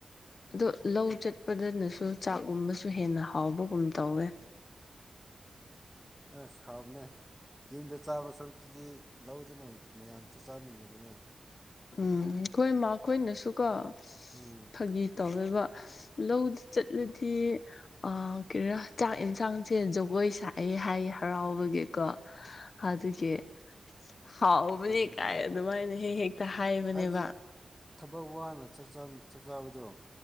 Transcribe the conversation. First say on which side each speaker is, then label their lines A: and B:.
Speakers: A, on the left (about 65°); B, in the centre.
A: ꯑꯗꯣ ꯂꯧ ꯆꯠꯄꯗꯅꯁꯨ ꯆꯥꯛꯒꯨꯝꯕꯁꯨ ꯍꯦꯟꯅ ꯍꯥꯎꯕꯒꯨꯝ ꯇꯧꯋꯦ
B: ꯑꯁ ꯍꯥꯎꯕꯅꯦ ꯌꯨꯝꯗ ꯆꯥꯕ ꯁꯔꯨꯛꯇꯨꯗꯤ ꯂꯧꯗꯅ ꯃꯌꯥꯝ ꯆ ꯆꯥꯃꯤꯟꯅꯕꯗꯨꯅ
A: ꯎꯝ ꯑꯩꯈꯣꯏ ꯃꯈꯣꯏꯅꯁꯨꯀ
B: ꯎꯝ
A: ꯐꯥꯒꯤ ꯇꯧꯋꯦꯕ ꯂꯧꯗꯨ ꯆꯠꯂꯗꯤ ꯑ ꯀꯩꯅꯣ ꯆꯥꯛ ꯌꯦꯟꯁꯥꯡꯁꯦ ꯖꯒꯣꯏ ꯁꯥꯛꯑꯦ ꯍꯥꯏ ꯍꯔꯥꯎꯕꯒꯤꯀꯣ ꯑꯗꯨꯒꯤ ꯍꯥꯎꯕꯅꯤ
B: ꯆꯨꯝꯃꯤ
A: ꯀꯥꯏ
B: ꯆꯨꯝꯃꯤ
A: ꯑꯗꯨꯃꯥꯏꯅ ꯍꯦꯛ ꯍꯦꯛꯇ ꯍꯥꯏꯕꯅꯦꯕ
B: ꯍꯥꯏꯕꯗꯤ ꯊꯕꯛ ꯋꯥꯅ ꯆꯥꯛꯆꯥꯥꯕꯗꯣ